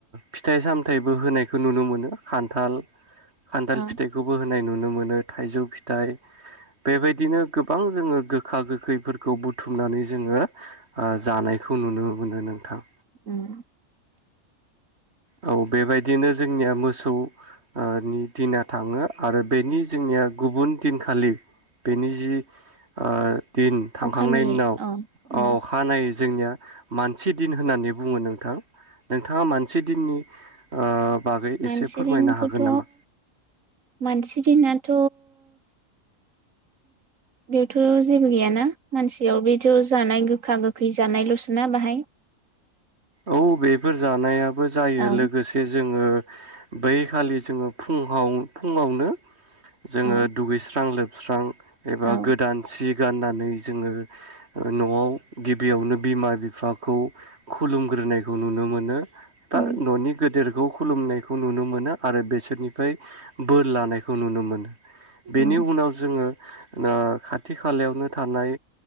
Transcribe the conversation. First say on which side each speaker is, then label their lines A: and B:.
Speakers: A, on the right; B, on the right.
A: फिथाइ- सामथाइबो होनायखौ नुनो मोनो खान्थाल खान्थाल
B: औ
A: फिथाइखौबो होन नाय नुनो मोनो थाइजौ फिथाइ बेबायदिनो गोबां जोङो गोखा गोखैफोरखौ बुथुमनानै जोङो आ जानायखौ नुनो मोनो नोंथां
B: उम
A: औ बेबायदिनो जोंनिया मोसौ नि दिना थाङो आरो बेनि जोंनिया गुबुन दिनखालि बेनि जि ओ दिन थांखांनायनि
B: अखानायै
A: उनाव
B: औ उम
A: अखानायै जोंनिया मानसि दिन होननानै बुङो नोंथां नोंथाङा मान दिननि ओ
B: मानसि
A: फोरमायनो
B: दिनखौथ'
A: हागोन नामा?
B: मानसि दिनाथ' बेवथ' जेबो गैयाना मानसियाव बेथ' जानाय गोखा गोखै जानायल'सोना बाहाय
A: औ बेफोर जानाया बो जायो
B: औ
A: लोगोसे जों जोङो बै खालि जोङो फुंआव फुङावनो जोङो
B: औ
A: दुगैस्रां लोब स्रां एबा
B: औ
A: गोदान सि गाननानै जोङो न'आव गिबियावनो बिमा- बिफाखौ खुलुमग्रोनायखौ नुनो मोनो दा
B: उम
A: न'नि गेदेर खौ खुलुमनायखौ नुनो मोनो आरो बेसोरनिफ्राय बोर लानायखौ नुनो मोनो बेनि
B: औ
A: उनाव जोङो खाथि खालायावनो थानाय